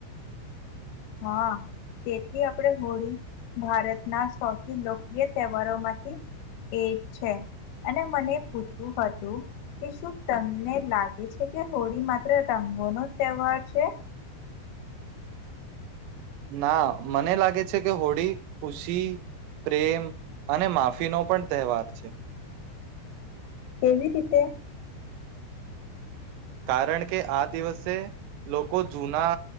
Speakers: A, on the left; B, on the right.
A: હાં, તેથી આપણે હોળી ભારતના સૌથી લોકપ્રિય તહેવારોમાંથી એ છે, અને મને પૂછવું હતું કે, શું તમને લાગે છે કે હોળી માત્ર રંગોનો તહેવાર છે?
B: ના મને લાગે છે કે હોળી ખુશી, પ્રેમ અને માફીનો પણ તહેવાર છે.
A: કેવી રીતે?
B: કારણ કે આ દિવસે, લોકો જૂના